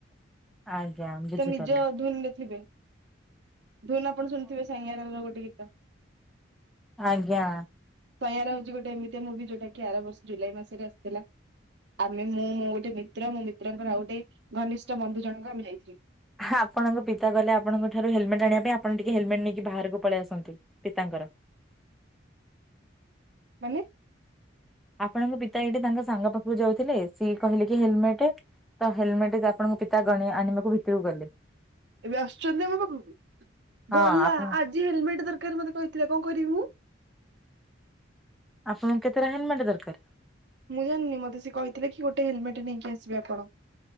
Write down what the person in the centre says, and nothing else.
ଆଜ୍ଞା। ବୁଝିପାରିଲି।
ଆଜ୍ଞା।
ହା ଆପଣ ଙ୍କ ପିତା କହଲେ ଆପଣଙ୍କଠାରୁ ହେଲମେଟ୍ ଆଣିବା ପାଇଁ ଆପଣ ଟିକେ ହେଲମେଟ୍ ନେଇକି ବାହାରକୁ ପଳେଇ ଆସନ୍ତୁ। ପିତାଙ୍କର।
ଆପଣଙ୍କ ପିତା ଏଇଠି ତାଙ୍କ ସାଙ୍ଗ ପାଖକୁ ଯାଉଥିଲେ, ସିଏ କହିଲେ କି ହେଲମେଟ? ତ ହେଲମେଟ ଯେ ଆପଣଙ୍କ ପିତା ଗଣ ଆଣିବାକୁ ଭିତରକୁ ଗଲେ।
ହଁ
ଆପଣ
ଆପଣଙ୍କୁ କେତେଟା ହେଲମେଟ୍ ଦରକାର?